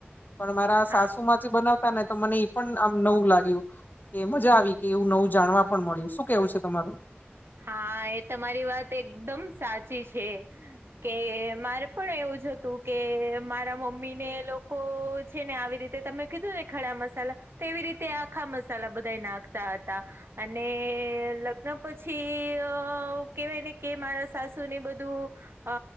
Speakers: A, on the left; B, on the right.
A: પણ મારા
B: હા
A: સાસુમાં જે બનાવતા ને તો મને ઈ પણ આમ નવું લાગ્યું. કે મજા આવી કે એવું નવું જાણવા પણ મળ્યું. શું કેવું છે તમારું?
B: હા, એ તમારી વાત એકદમ સાચી છે. કે મારે પણ એવું જ હતું કે મારા મમ્મીને એ લોકો છે ને આવી રી તે તમે કીધુંને ખડા મસાલા તેવી રીતે આખા મસાલા બધાય નાખતા હતા. અને લગ્ન પ છી અ કેવાય ને કે મારા સાસુને બધું અ